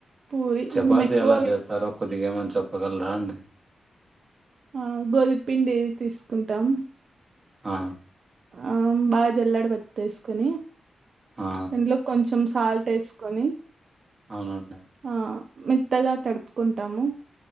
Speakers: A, on the right; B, on the right.
A: పూరి
B: చపాతి
A: మేము ఎక్కువ
B: ఎలా చేస్తారు కొద్దిగా ఏమన్నా చెప్పగలరా అండి
A: ఆ గోదుమా పిండి తీసుకుంటాం
B: ఆ
A: ఆ బాగా జళ్ళేడ బట్టేసుకోని
B: ఆ
A: దాంట్లో కొంచెం సాల్ట్ వేసుకొని
B: అవునండి
A: ఆ మెత్తగా తడుపుకుంటాము